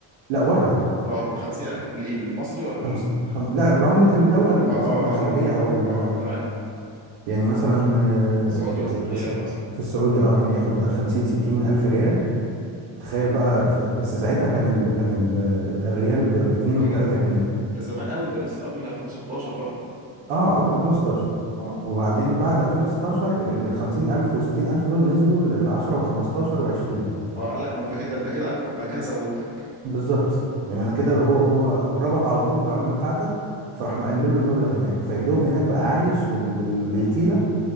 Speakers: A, on the right; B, on the right.
A: لا بره
B: اه 50000 بالايه بالمصري ولا بال
A: خمس خم... لا بالعملة الدولة ال-
B: اه اه
A: سواء
B: اه
A: الخليجية
B: اه اه,
A: أو
B: آه.
A: ال...
B: آه، آه، تمام
A: يعني مثلا آه،
B: سعودي
A: في...
B: مثلا ريال
A: بس
B: مثلا
A: في السعودي اه يعني ياخد
B: اه
A: 50 60 ألف ريال
B: آه.
A: تخيل بقى ف... بس ساعتها كان ال... كان ال... الريال ب... ب 2
B: بيجي-
A: و3 جنيه
B: ده زمان قوي ده لسه قبل 2016 بقى
A: اه قبل 2016
B: اه
A: وبعدين بعد 2016 ال ال 50 ألف و 60 ألف دول نزلوا ل 10 و15 و20
B: اه قال لك ما انت كده ده انت كده اكتر ده انا كده زودتك
A: بالظبط يعني
B: اه
A: انا كده هو هو ربط على طول بالعمله بتاعتك فراح مقلله المبلغ هناك فيدوب هناك بقى عايش بال... بال... بالتيله